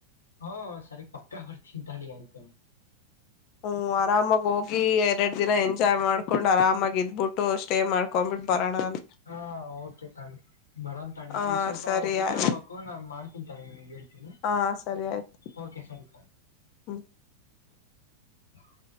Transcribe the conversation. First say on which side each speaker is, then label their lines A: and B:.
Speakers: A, on the left; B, on the left.
A: ಹೂಂ ಸರಿ ಪಕ್ಕಾ ಬರ್ತೀನಿ ತಗಳೀ ಆಯ್ತ
B: ಹ್ಮ್ ಆರಾಮಾಗಿ ಹೋಗಿ ಎರಡ್ ದಿನ ಎಂಜಾಯ್ ಮಾಡ್ಕೊಂಡ್ ಆರಾಮಾಗಿ ಬುಟ್ಟು ಸ್ಟೇ ಮಾಡ್ಕೊಂಡ್ಬಿಟ್ಟು ಬರಣ ಅ
A: ಹಾ ಓಕೆ ತಗಳಿ ಬರೋಂತಳಿ
B: ಹ
A: ಈಗ ಸ್ವಲ್ಪ
B: ಸರಿ
A: ಹೊರ್ಗಡೆ
B: ಆಯ್ತು
A: ಹೋಗ್ಬೇಕು ನಾನ್ ಮಾಡ್ತಿನ್ ತಗಳಿ ನಿಮಗೆೇಳ್ತೀನಿ
B: ಹ ಸರಿ ಆಯ್ತು
A: ಓಕೆ ಸರಿ
B: ಹ್ಮ್
A: <unintelligible>